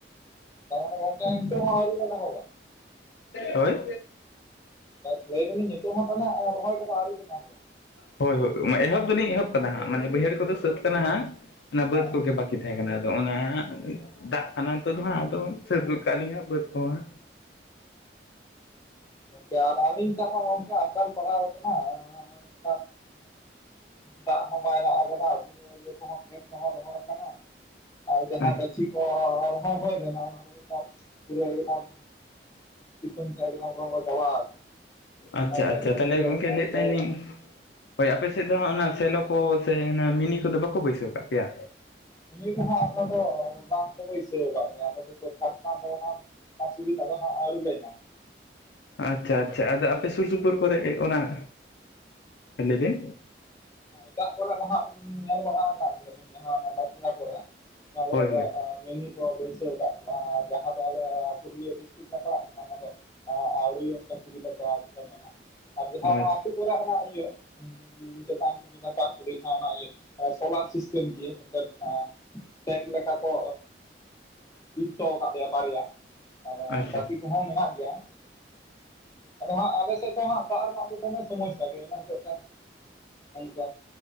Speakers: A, on the left; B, on the left.
A: ᱛᱟᱨᱢᱟᱱᱮ ᱜᱚᱝᱠᱮ ᱱᱤᱛᱚᱜ ᱦᱚᱸ ᱟᱹᱣᱨᱤ ᱵᱮᱱ ᱮᱦᱚᱵᱟ?
B: ᱦᱳᱭ
A: ᱮᱸᱫ ᱞᱟᱹᱭᱫᱟᱞᱤᱧ ᱱᱤᱛᱚᱜ ᱦᱚᱸ ᱛᱟᱞᱦᱮ ᱟ ᱨᱚᱦᱚᱭ ᱠᱚᱫᱚ ᱟᱹᱣᱨᱤᱵᱮᱱ ᱮᱦᱚᱵᱟ᱾
B: ᱦᱳᱭ ᱦᱳᱭ ᱢᱮ ᱮᱦᱚᱵ ᱫᱚᱞᱤᱧ ᱮᱦᱚᱵ ᱠᱟᱫᱟ ᱦᱟᱸᱜ ᱢᱟᱱᱮ ᱵᱟᱹᱭᱦᱟᱹᱲ ᱠᱚᱫᱚ ᱥᱟᱹᱛ ᱠᱟᱱᱟ ᱦᱟᱸᱜ ᱚᱱᱟ ᱵᱟᱹᱫᱽ
A: ᱦᱮᱸ
B: ᱠᱚᱜᱮ ᱵᱟᱠ ᱠᱤ ᱛᱟᱦᱮᱸ ᱠᱟᱱᱟ ᱟᱫᱚ ᱚᱱᱟ ᱫᱟᱜ ᱠᱟᱱᱟ ᱱᱤᱛᱚᱜ ᱫᱚ ᱦᱟᱸᱜ ᱟᱫᱚ ᱥᱟᱹᱛ ᱜᱚᱜᱠᱟᱜ-ᱟ ᱞᱤᱝ ᱦᱟᱸᱜ ᱵᱟᱹᱫᱽ ᱠᱚᱦᱚᱸ ᱦᱟᱸᱜ᱾
A: ᱜᱚᱢᱠᱮ ᱟᱨ ᱟᱹᱞᱤᱧ ᱥᱟᱸᱶᱢᱟ ᱜᱚᱝᱠᱮ ᱟᱠᱟᱞ ᱯᱟᱲᱟᱣ ᱟᱠᱟᱱᱟ᱾ ᱚᱱᱠᱟ ᱚᱱᱠᱟ ᱫᱟᱜ ᱦᱚᱸ ᱵᱟᱭ ᱫᱟᱜ ᱟᱠᱟᱫᱟ ᱟᱵᱚᱨᱮᱱ ᱠᱚ ᱤᱭᱟᱹ ᱠᱚᱦᱚᱸ ᱠᱷᱮᱛ ᱠᱚᱦᱚᱸ ᱨᱚᱦᱚᱲ ᱟᱠᱟᱱᱟ ᱟᱨ ᱡᱟᱦᱟᱸ
B: ᱦᱟᱸᱜ
A: ᱜᱟᱹᱪᱷᱤ ᱛᱚ ᱟᱨ ᱦᱚᱸ ᱦᱳᱭ ᱟᱠᱟᱱᱟ ᱚᱱᱟ ᱦᱩᱭᱩᱜ ᱠᱟᱡ ᱯᱩᱨᱟᱹ ᱮᱠᱫᱚᱢ ᱥᱤᱛᱩᱝ ᱛᱮ ᱮᱠᱫᱚᱢ ᱨᱚᱸᱜᱚ ᱪᱟᱵᱟᱣ ᱟᱠᱟᱱᱟ᱾
B: ᱟᱪᱪᱷᱟ
A: ᱟᱫᱚ ᱮᱠᱫᱚᱢ
B: ᱟᱪᱪᱷᱟ ᱛᱟᱦᱚᱞᱮ
A: ᱯᱩᱨᱟᱹ
B: ᱜᱚᱢᱠᱮ
A: ᱱᱚᱥᱴᱚ
B: ᱞᱟᱹᱭᱮᱫ ᱛᱟᱦᱮᱜ ᱞᱤᱧ
A: ᱟᱠᱟᱱᱟ
B: ᱦᱳᱭ ᱟᱯᱮ ᱥᱮᱫ ᱫᱚ ᱦᱟᱸᱜ ᱚᱱᱟ ᱥᱮᱞᱚ ᱠᱚ ᱥᱮ ᱦᱟᱱᱟ ᱢᱤᱱᱤ ᱠᱚᱫᱚ ᱵᱟᱠᱚ ᱵᱟᱹᱭᱥᱟᱹᱣ ᱠᱟᱜ ᱯᱮᱭᱟ?
A: ᱢᱤᱱᱤ ᱠᱚᱦᱚᱸ ᱟᱞᱮ ᱫᱚ ᱵᱟᱝ ᱠᱚ ᱵᱟᱹᱭᱥᱟᱹᱣ ᱟᱠᱟᱫ ᱞᱮᱭᱟ᱾ ᱟᱞᱮ ᱫᱚ ᱥᱚᱨᱠᱟᱨ ᱠᱷᱚᱱᱟᱜ ᱫᱚ ᱚᱱᱟ ᱚᱱᱟ ᱥᱩᱵᱤᱫᱟ ᱫᱚ ᱦᱟᱸᱜ ᱟᱹᱣᱨᱤ ᱞᱮ ᱧᱟᱢᱟ ᱦᱟᱸᱜ᱾
B: ᱟᱪᱪᱷᱟ ᱟᱪᱪᱷᱟ ᱟᱫᱚ ᱟᱯᱮ ᱥᱩᱨ ᱥᱩᱯᱩᱨ ᱠᱚᱨᱮ ᱚᱱᱟ- ᱦᱮᱸ ᱞᱟᱹᱭ ᱵᱤᱱ᱾
A: ᱮᱴᱟᱜ ᱠᱚᱨᱮᱜ ᱫᱚ ᱦᱟᱸᱟᱜ ᱧᱮᱞ ᱵᱟᱲᱟᱣ ᱟᱠᱟᱫ ᱜᱮᱭᱟᱞᱤᱧ ᱡᱟᱦᱟᱸ ᱵᱟᱸᱠᱩᱲᱟ ᱠᱚᱨᱮ᱾ ᱚᱱᱟ ᱠᱚᱨᱮ
B: ᱦᱳᱭ
A: ᱫᱚ
B: ᱦᱳᱭ
A: ᱟ ᱢᱤᱱᱤ ᱠᱚ ᱵᱟᱹᱭᱥᱟᱹᱣ ᱟᱠᱟᱫ ᱠᱚᱣᱟ ᱟᱨ ᱡᱟᱦᱟᱸ ᱫᱚ ᱟᱞᱮ ᱯᱩᱨᱩᱞᱤᱭᱟᱹ ᱰᱤᱥᱴ ᱴᱷᱤᱠ ᱞᱮ ᱯᱟᱲᱟᱜ ᱠᱟᱱᱟ ᱚᱱᱟ ᱫᱚ ᱟᱹᱣᱨᱤ ᱚᱱᱠᱟ ᱥᱩᱵᱤᱫᱷᱟ ᱫᱚ ᱟᱹᱣᱨᱤ ᱞᱮ ᱧᱟᱢᱟ᱾ ᱟᱨ ᱡᱟᱦᱟᱸ
B: ᱟᱪᱪᱷᱟ
A: ᱚᱱᱟ ᱟᱹᱛᱩ ᱠᱚᱨᱮ ᱚᱱᱟ ᱤᱭᱟᱹ ᱪᱮᱛᱟᱱ ᱠᱩᱞᱦᱤ ᱞᱟᱛᱟᱨ ᱠᱩᱲᱤ ᱡᱟᱦᱟᱸ ᱚᱱᱟ ᱤᱭᱟᱹ ᱥᱳᱞᱟᱨ ᱥᱤᱥᱴᱮᱢ ᱫᱤᱭᱮ ᱢᱤᱫᱴᱮᱱ ᱟ ᱴᱮᱝᱠ ᱞᱮᱠᱟ ᱠᱚ ᱡᱩᱛ ᱦᱚᱴᱚᱣ ᱟᱠᱟᱫ ᱞᱮᱭᱟ ᱵᱟᱨᱭᱟ᱾ ᱢᱮᱱᱮ
B: ᱟᱪᱪᱷᱟ
A: ᱴᱟᱠᱤ ᱠᱚᱦᱚᱸ ᱢᱮᱱᱟᱜ ᱜᱮᱭᱟ᱾ ᱟᱫᱚ ᱦᱟᱸᱜ ᱟᱞᱮ ᱥᱮᱫ ᱫᱚ ᱦᱟᱸᱜ ᱫᱟᱜ ᱨᱮᱱᱟᱜ ᱫᱚ ᱫᱚᱢᱮ ᱥᱚᱢᱚᱥᱥᱟ ᱜᱮᱭᱟ ᱤᱱᱟᱹ ᱦᱚᱛᱮᱡ ᱛᱮ ᱚᱱᱠᱟ